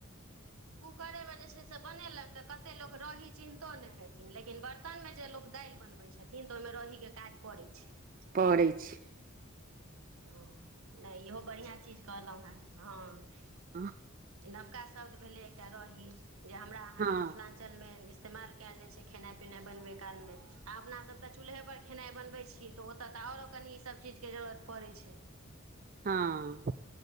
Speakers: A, on the right; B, on the right.
A: ककरे मे जे छै से बनेलक तऽ कते लोक रही चिन्हतो नहि हेथिन, लेकिन बर्तनमे जे लोक दालि बनबै छथिन तऽ ओहिमे रहीक के काज पड़ै छै।
B: पढ़ै छी।
A: हाँ, नहि इहो बढ़िआँ चीज कहलहुँ हेँ। हँ।
B: आ
A: नबका शब्द भेलै एकटा रही जे हमरा अहाँ
B: हँ
A: के मिथिलां्चल मे इस्तेमाल कयल जाय छै। खेनाइ पिनाइ बनबै काल मे, आ अपनासभ तऽ चूल्हे पर खेनाइ बनबै छी तऽ ओतऽ तऽ आरो कनि ई सब चीजके जरूरत पड़ै छै।
B: हँ।